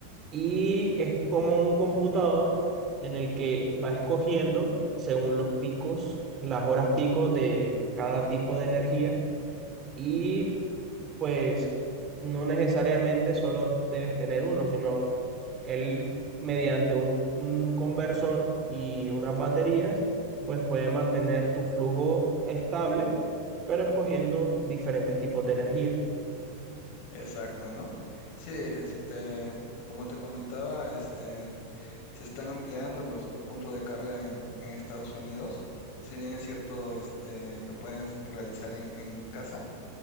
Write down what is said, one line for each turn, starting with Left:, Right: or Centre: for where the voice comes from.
Right: Y es como un computador en el que va escogiendo según los picos, las horas picos de cada tipo de energía y pues no necesariamente solo debes tener uno, sino él mediante un, un conversor y unas baterías, pues puede mantener tu flujo estable, pero escogiendo diferentes tipos de energía.
Left: Exacto, ¿no? Sí, este, como te comentaba, este, se están ampliando los, los puntos de carga en, en Estados Unidos. Si bien es cierto, este, lo puedes realizar en, en casa,